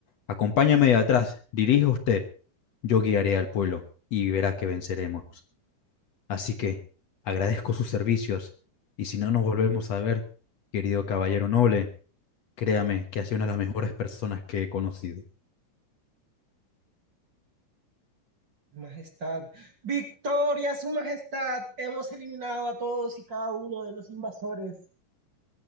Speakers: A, on the left; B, on the right.
A: Acompáñame de atrás, dirija usted, yo guiaré al pueblo y verá que venceremos. Así que agradezco sus servicios y si no nos volvemos a ver, querido caballero noble, Créame que ha sido una de las mejores personas que he conocido.
B: Majestad, victoria, su majestad. Hemos eliminado a todos y cada uno de los invasores.